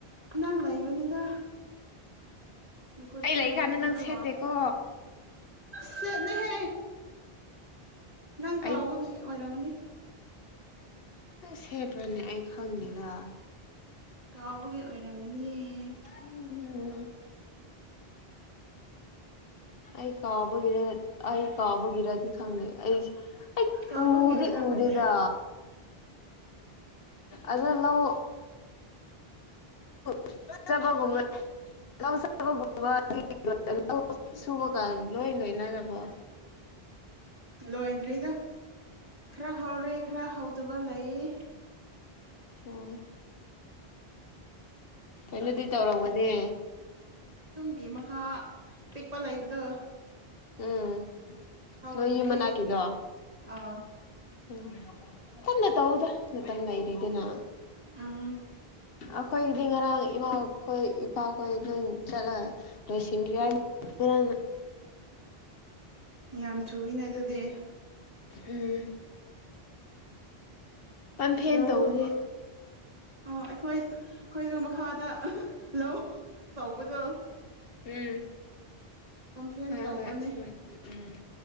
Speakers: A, on the right (about 40°); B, on the left (about 70°).
A: ꯅꯪ ꯂꯩꯕꯅꯤꯗ ꯒꯨꯠ
B: ꯑꯩ
A: ꯐ꯭ꯔꯥꯏꯗꯦꯗ꯭ꯔꯣ
B: ꯂꯩꯀꯥꯟꯗ ꯅꯪ ꯁꯦꯠꯇꯦꯀꯣ
A: ꯁꯤꯠꯅꯤꯍꯦ ꯅꯪ ꯀꯥꯎꯕꯒꯤ
B: ꯑꯩ
A: ꯑꯣꯏꯔꯝꯒꯅꯤ
B: ꯅꯪ ꯁꯦꯕ꯭ꯔꯅꯦ ꯑꯩ ꯈꯪꯅꯤꯗ
A: ꯀꯥꯎꯕꯒꯤ ꯑꯣꯏꯔꯝꯒꯅꯤꯌꯦ
B: ꯎꯝ ꯑꯩ ꯀꯥꯎꯕꯒꯤꯔ ꯑꯩ ꯀꯥꯎꯕꯒꯤꯔꯗꯤ ꯈꯪꯗꯦ ꯑꯩ ꯑꯩ
A: ꯀꯥꯎꯕꯒꯤ
B: ꯎꯗꯤ
A: ꯑꯣꯏꯔꯝꯒꯅꯤ
B: ꯎꯗꯦꯗꯥ ꯑꯗꯨ ꯂꯧ
A: <inaudible>
B: <unintelligible> ꯁꯨꯕꯒꯥ ꯂꯣꯏ ꯂꯣꯏꯅꯔꯕꯣ
A: ꯂꯣꯏꯗ꯭ꯔꯤꯗ ꯈꯔ ꯍꯧꯔꯦ ꯈꯔ ꯍꯧꯗꯕ ꯂꯩꯌꯦ
B: ꯎꯝ ꯀꯩꯅꯣꯗꯤ ꯇꯧꯔꯝꯒꯅꯤ
A: ꯀ ꯃꯈꯥ ꯄꯤꯛꯄ ꯂꯩꯕꯗꯣ
B: ꯎꯝ
A: ꯍꯧꯗ꯭ꯔꯤꯌꯦ
B: ꯅꯣꯏ ꯌꯨꯝ ꯃꯅꯥꯛꯀꯤꯗꯣ
A: ꯑꯥ
B: ꯎꯝ ꯄꯟꯅ ꯇꯧꯑꯣꯗ ꯃꯇꯝ ꯂꯩꯔꯤꯗꯅ
A: ꯑꯝ
B: ꯑꯩꯈꯣꯏꯗꯤ ꯉꯔꯥꯡ ꯏꯃꯥꯈꯣꯏ ꯏꯄꯥꯈꯣꯏ ꯂꯣꯏ ꯆꯠꯂ ꯂꯣꯏꯁꯤꯟꯈ ꯍꯥꯏꯅꯤ ꯉꯔꯥꯡꯅ
A: ꯌꯥꯝ ꯊꯨꯏꯅ ꯑꯗꯨꯗꯤ
B: ꯎꯝ ꯄꯝꯐꯦꯟ
A: ꯂꯧꯕ
B: ꯇꯧꯕꯅꯦ
A: ꯑꯣ ꯑꯩꯈꯣꯏ ꯑꯩꯈꯣꯏꯁꯨ ꯃꯈꯥꯗ ꯂꯧ ꯇꯧꯕꯗꯣ
B: ꯎꯝ
A: ꯄꯝꯐꯦꯟ
B: ꯍꯣꯏ
A: ꯇꯧꯕꯅꯦ
B: ꯍꯣꯏ ꯑꯗꯨꯃꯥꯏꯅ ꯎꯝ